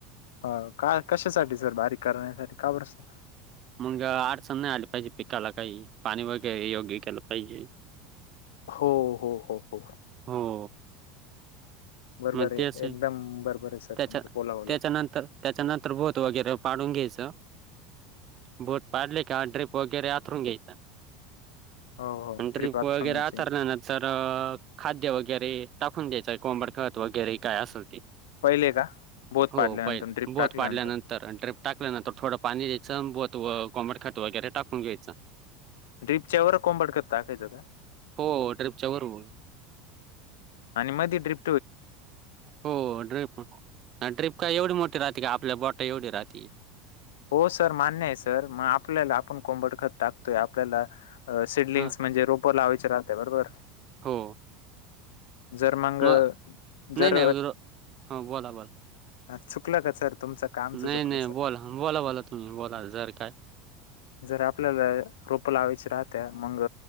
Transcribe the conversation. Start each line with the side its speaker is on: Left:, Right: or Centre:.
Left: हो का कशासाठी सर बारीक करण्यासाठी का बरं
Right: मंग अडचण नाही आली पाहिजे पिकाला काही पाणी वगै योग्य केलं पाहिजे
Left: हो हो हो हो
Right: हो. <inaudible>
Left: बरोबर
Right: मग
Left: आहे.
Right: ते अस त्याच्या
Left: एकदम बरोबर आहे सर तुमचं. बोला बोला.
Right: त्याच्यानंतर त्याच्यानंतर बोद वगैरे पाडून घ्यायचं बोद पाडले का ड्रीप वगैरे आथरून घ्यायचा
Left: हो हो.
Right: नंतर
Left: त्रिपात्रुंगीची.
Right: ड्रीप वगैरे हाथरल्यानंतर खाद्य वगैरे टाकून द्यायच कोंबड खत वगैरे काय असल ते
Left: पहिले का बोत
Right: हो
Left: पाडल्यानंतर
Right: पहिल
Left: ड्रीप
Right: बोद
Left: टाकल्यानंतर
Right: पाडल्यानंतर ड्रीप टाकल्यानंतर थोडं पाणी द्यायचं कोंबडं खत वगैरे टाकून घ्यायचं
Left: ड्रीपच्या वर कोंबडं खत टाकायचं का
Right: हो ड्रिपच्या बरोबर
Left: आणि मध्ये ट्रिप
Right: हो ड्रीप ड्रीप काय एवढी मोठी राहती काय आपल्या बो ता एवढी राहतीए
Left: हो सर मान्य आहे सर मग आपल्याला आपण कोंबड खत टाकतोय आपल्याला सिडलिंग्स
Right: ह
Left: म्हणजे रोप लावायचे राहते बरोबर
Right: हो
Left: जर मंग
Right: मग नाही
Left: जर
Right: नाही हो बोला बोला.
Left: हा चुकलं का सर तुमचं का आमचं
Right: नाही
Left: चुकलं
Right: नाही
Left: सर
Right: बोला बोला बोला तुम्ही बोला जर काय
Left: जर आपल्याला रोपं लावायची राहत मग